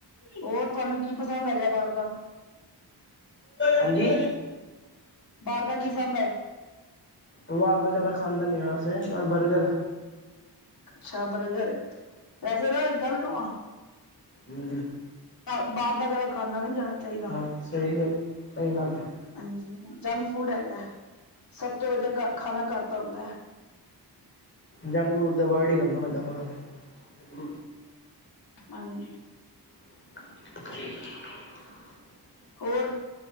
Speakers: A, on the left; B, on the left.
A: ਹੋਰ ਤੁਹਾਨੂੰ ਕੀ ਪਸੰਦ ਹੈਗਾ ਬਾਹਰ ਦਾ?
B: ਹਾਂਜੀ।
A: ਬਾਹਰ ਦਾ ਕਿ ਸਬ
B: ਬਾਰ ਤਾਂ ਜ਼ਿਆਦਾ ਖਾਂਦਾ ਨੀ ਆ ਵੈਸੇ, ਪਰ ਬਰਗਰ
A: ਅੱਛਾ ਬਰਗਰ। ਵੈਸੇ ਨਾ ਇੱਕ ਗੱਲ ਕਵਾਂ
B: ਹੂ ਜੀ
A: ਬ-ਬਾਹਰ ਦਾ ਜਿਆਦਾ ਖਾਣਾ ਵੀ ਨਹੀਂ ਜਾਣਾ ਚਾਹੀਦਾ।
B: ਹਾਂ। ਸਹੀ ਗੱਲ। ਸਹੀ ਗੱਲ ਹੈ।
A: ਹਾਂਜੀ ਜੰਕ ਫੂਡ ਹੈਗਾ। ਸਭ ਤੋਂ ਵਧੀਆ ਖਾਣਾ ਘਰ ਦਾ ਹੁੰਦਾ ਹੈ।
B: ਜੰਗ ਫੂਡ ਤੇ ਅਵੋਡ ਹੀ ਕਰਨਾ ਮੈਂ ਜਿਆਦਾਤਰ ਤੇ।
A: ਹਾਂਜੀ।
B: <inaudible>
A: ਹੋਰ?